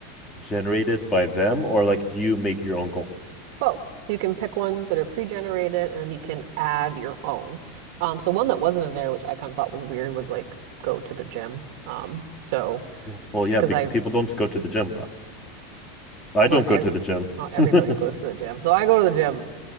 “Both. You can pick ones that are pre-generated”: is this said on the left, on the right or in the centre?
Right